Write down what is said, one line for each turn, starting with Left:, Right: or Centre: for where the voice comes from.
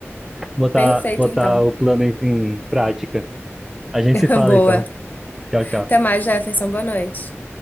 Centre: botar,
Left: Perfeito,
Centre: botar
Left: então.
Centre: o plano em, em prática. A gente
Left: <laughs>
Centre: se fala
Left: Boa.
Centre: então. Tchau, tchau.
Left: Até mais, Jefferson. Boa noite.